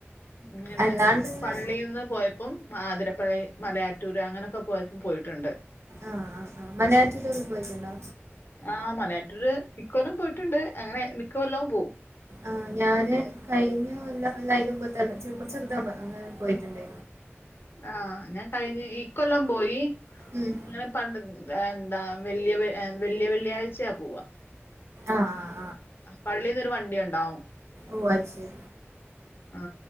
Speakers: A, on the left; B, on the right.
A: ഇങ്ങനെ
B: അല്ലാണ്ട് ഇങ്ങനെ
A: പള്ളിൽന്ന് പോയപ്പോ ആതിരപ്പള്ളി മലയാറ്റൂര് അങ്ങനെയൊക്കെ പോയപ്പോ പോയിട്ടുണ്ട്
B: ആഹ് ആ ആ മലയാറ്റൂരൊക്കെ പോയിട്ടുണ്ടോ
A: ആ മലയാറ്റൂര് ഇകൊല്ലം പോയിട്ടുണ്ട് അങ്ങനെ മിക്ക കൊല്ലവും പോവും
B: ആഹ് ഞാന് കഴിഞ്ഞ കൊല്ലം അല്ല അതിന് മുമ്പത്തെ കൊല്ല കുറച്ച് ചെറുതാ അങ്ങനെ പോയിട്ടുണ്ട്
A: ആഹ് ഞാൻ കഴിഞ്ഞ ഈ കൊല്ലം പോയി
B: ഉം
A: ഇങ്ങനെ പ എന്താ വല്യ വല്യ വെള്ളിയാഴ്ചയാ പോവാ
B: ആഹ് ആ
A: പള്ളിയിൽ ന്നൊരു വണ്ടി ഉണ്ടാവും
B: ഓ അത് ശരി
A: ആ